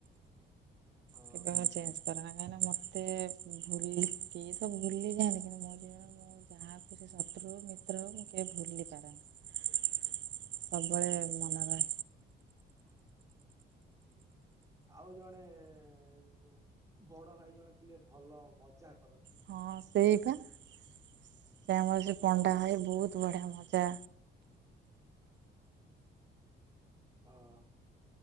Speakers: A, on the right; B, on the right.
A: ହଁ
B: କେବେ ଚେଞ୍ଜ କରରେନା କାହିଁକିନା ମୋତେ ଭୁଲିକି ଭୁଲି ଯାଆନ୍ତି କିନ୍ତୁ ମୋ ମୁଁ ଯାହାକୁ ସେ ଶତ୍ରୁ ମିତ୍ର ହେଉ ମୁଁ କେବେ ଭୁଲି ପାରେନା। ସବୁବେଳେ ମନେ ରହେ।
A: ଆଉ ଜଣେ ଯୋଉ ବଡ ଭାଇ ଜଣେ ଥିଲେ ଭଲ ମଜାକ
B: ହଁ ସେଇବା ସେ ଆମର ସେ
A: ହଁ।
B: ପଣ୍ଡା
A: ହଁ
B: ହ ବହୁତ ବଢ଼ିଆ ମଜା
A: ହଁ।